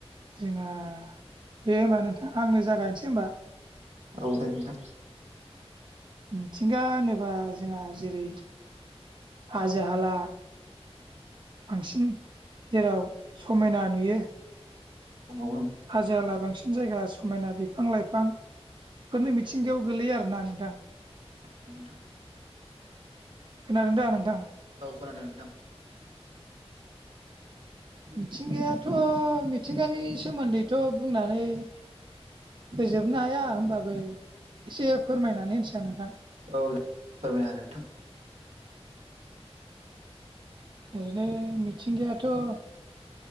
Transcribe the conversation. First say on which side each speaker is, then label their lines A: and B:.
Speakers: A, on the right; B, on the right.
A: जोंना दे होमबा नोंथां आंनो जागायनसै होमबा।
B: औ दे नोंथां।
A: मिथिंगा होनोबा जोंहा जेरै हाजो हाला बांसिन जेराव समायना नुयो
B: नंगौ नों
A: हाजो हाला बांसि सिन जायगा समायना बिफां लाइफां फोरनो मिथिंगायाव गोलैयो आरोना नोंथां।
B: <unintelligible>
A: खोनादों दा नोंथां?
B: औ खोनादों नोंथां।
A: मिथिंगायाथ' मिथिंगानि सोमोन्दैथ' बुंनानै होजोबनो हाया होमबाबो एसे फोरमायनानै होनसै आं नोंथां
B: औ फोरमायना नोंथां
A: ओरैनो मिथिंगायाथ'